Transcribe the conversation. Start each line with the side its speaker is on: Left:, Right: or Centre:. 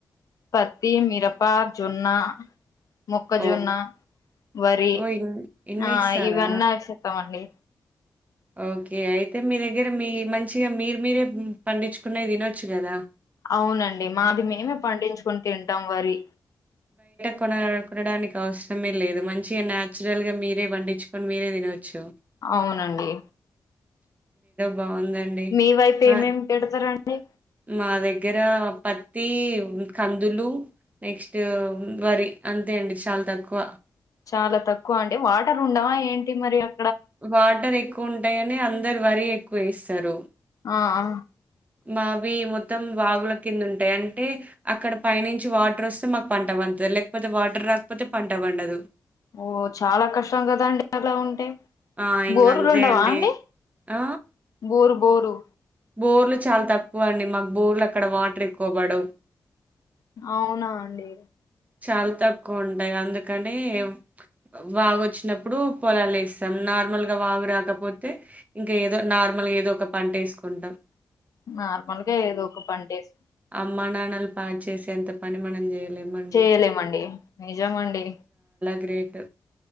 Left: పత్తి, మిరప, జొన్న మొక్కజొన్న,
Right: ఓకే.
Left: వరి
Right: ఓహ్! ఇన్ ఇన్నేస్తారా?
Left: ఆ ఇవన్న ఆగ్ చెత్త మండి
Right: ఓకే అయితే మీ దగ్గర మీ మంచిగా మీరు మీరే పండించుకున్నయ్ తినోచ్చు కదా
Left: అవునండి మాది మేమే పండించ్కుని తింటాం వరి
Right: కోనా కోనడునడానికి అవసరమే లేదు మంచిగా న్యాచురల్ గా మీరే పండిచ్ కోన్ మీరే తినోచ్చు
Left: అవునండి
Right: బావుందండి.
Left: మీ వైప్
Right: మా
Left: ఏం ఎం పెడతరండి
Right: మా దగ్గర పత్తి, కందులు నెక్స్ట్ వరి అంత్ తేండి చాల్ తక్కువ
Left: చాలా తక్కువ అంటె వాటర్ ఉండవా ఏంటి మరి అ
Right: వాటర్ ఎక్కువ ఉంటయ్ అని అందర్ వరి ఎక్కువ ఎస్తారు
Left: అ ఆ
Right: మావి మొత్తం వాగుల కింద ఉంటాయ్ అంటే అక్కడ పైనుంచి వాటర్ ఒస్తే మాకు పంట వం త్ లేక్పోతే వాటర్ రాకపోతే పంట పండదు
Left: ఓ చాలా కష్టం కదండి అలా ఉంటే
Right: ఆ! ఇంగ
Left: బోరులు
Right: అంతే
Left: ఉండవా అండి
Right: ఆ?
Left: బోరు బోరు
Right: బోర్లు చాల్ తక్కువ అండి మాకు బోర్లు అక్కడ వాటర్ ఎక్కువ బడవ్
Left: అవునా అండి
Right: చాల్ తక్కువ ఉంటయ్ అందుకండి ఎవ్ వాగ్ ఒచ్చినప్పుడు పొలాల్ ఎస్తాం నార్మల్గ వాగు రాకపోతే ఇంకా ఏదో నార్మల్గా ఏదో ఒక పంటేస్కుంటం
Left: నార్మల్గా ఏదో ఒక పంటేస్
Right: అమ్మ నాన్నల్ ప్యాక్ చేసే అంత పని మనం చేయలేముండి
Left: ఎలేమండి నిజమండీ
Right: గ్రేటు